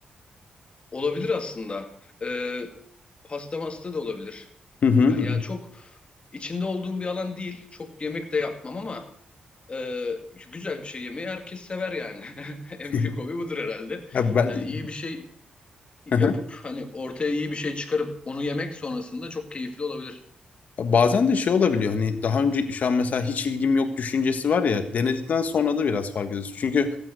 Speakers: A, on the left (about 40°); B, on the left (about 65°).
A: olabilir aslında. Ee, Pasta masta da olabilir.
B: Hı hı.
A: Ben- Ya çok içinde olduğum bir alan değil. Çok yemek de yapmam ama e, güzel bir şey yemeyi herkes sever yani. <laughs>
B: <laughs>
A: En büyük hobi budur herhalde.
B: Ya ben...
A: Hani iyi bir şey yapıp
B: <laughs>
A: hani ortaya iyi bir şey çıkarıp onu yemek sonrasında çok keyifli olabilir.
B: Ya Bazen de şey olabiliyor hani daha önce şu an mesela hiç ilgim yok düşüncesi var ya denedikten sonra da biraz fark ediyorsun. Çünkü